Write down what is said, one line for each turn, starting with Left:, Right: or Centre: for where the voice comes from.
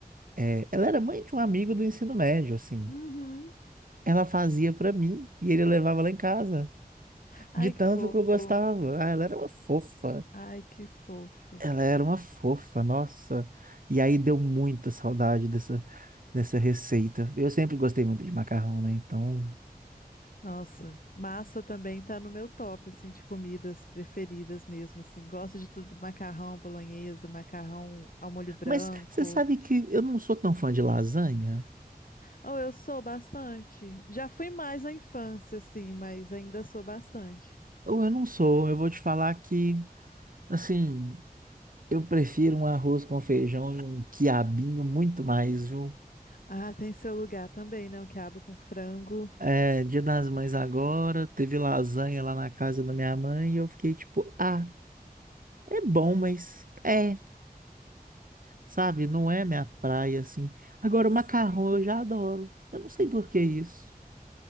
Right: é, ela era mãe de um amigo do ensino médio, assim.
Left: Uhum.
Right: Ela fazia para mim e ele levava lá em casa,
Left: Ai,
Right: de tanto
Left: que fofo.
Right: que eu gostava. Ah, ela era uma fofa.
Left: Ai, que fofo.
Right: Ela era uma fofa, nossa. E aí deu muita saudade dessa, dessa receita. Eu sempre gostei muito de macarrão, né? Então.
Left: Nossa, massa também tá no meu top, assim, de comidas preferidas mesmo, assim. Gosto de tudo, macarrão bolonhesa, macarrão ao molho branco.
Right: Mas você sabe que eu não sou tão fã de lasanha?
Left: Oh, eu sou bastante. Já fui mais na infância, assim, mas ainda sou bastante.
Right: Ou eu não sou. Eu vou te falar que, assim, eu prefiro um arroz com feijão e um quiabinho muito mais, viu?
Left: Ah, tem seu lugar também, né? O quiabo com frango.
Right: É, Dia das Mães agora, teve lasanha lá na casa da minha mãe e eu fiquei tipo, ah, é bom, mas. É. sabe? Não é minha praia, assim. Agora,
Left: Sim.
Right: o macarrão eu já adoro. Eu não sei por que isso.